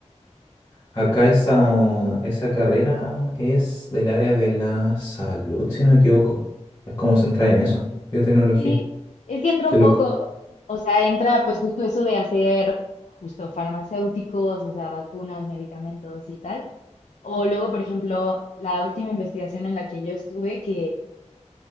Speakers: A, on the left; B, on the left.
A: acá
B: ¿qué pasa?
A: esa, esa carrera es del área de la salud, si no me equivoco. Es como centrar en eso, biotecnología.
B: Sí, es que entra
A: Qué
B: un
A: loco.
B: poco, o sea, entra pues justo eso de hacer justo farmacéuticos, o sea, vacunas, medicamentos y tal. O luego, por ejemplo, la última investigación en la que yo estuve, que,